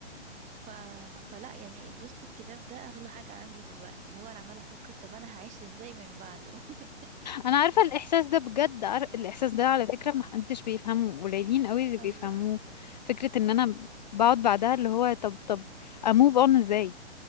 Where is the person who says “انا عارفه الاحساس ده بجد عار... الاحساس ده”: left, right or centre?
Left